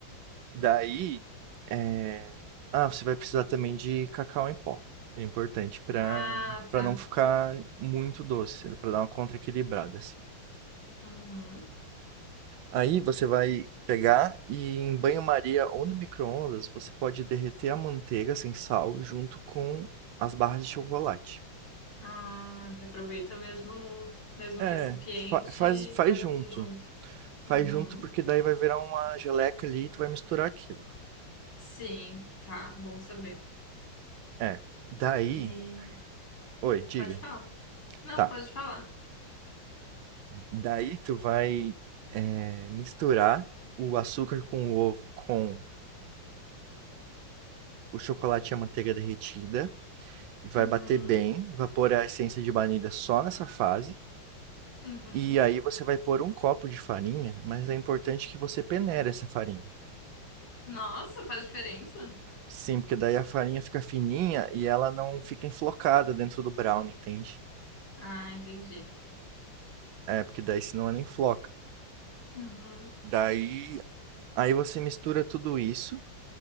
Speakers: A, on the right (about 80°); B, on the left (about 75°).
A: Daí. é, Ah, você vai precisar também de cacau em pó. É importante para
B: Ah, tá.
A: para não ficar muito doce, para dar uma contra-equilibrada, assim.
B: Uhum.
A: Aí você vai pegar e em banho-maria ou no micro-ondas, você pode derreter a manteiga sem sal junto com as barras de chocolate.
B: Ah, já aproveita o mesmo, mesmo
A: É,
B: recipiente
A: fa- faz,
B: e
A: faz
B: taca
A: junto.
B: tudo junto.
A: Faz
B: Uhum.
A: junto porque daí vai virar uma geleca ali e tu vai misturar aquilo.
B: Sim, tá. Bom saber.
A: É, daí...
B: E...
A: Oi, diga.
B: Pode falar. Não,
A: Tá.
B: pode falar.
A: Daí tu vai é, misturar o açúcar com o ovo com o chocolate e a manteiga derretida. E vai
B: Uhum.
A: bater bem, vai pôr a essência de baunilha só nessa fase.
B: Uhum.
A: E aí você vai pôr um copo de farinha, mas é importante que você peneire essa farinha.
B: Nossa, faz diferença?
A: Sim, porque daí a farinha fica fininha e ela não fica enflocada dentro do brownie, entende?
B: Ah, entendi.
A: É, porque daí senão ela enfloca.
B: Uhum,
A: Daí, aí você mistura tudo isso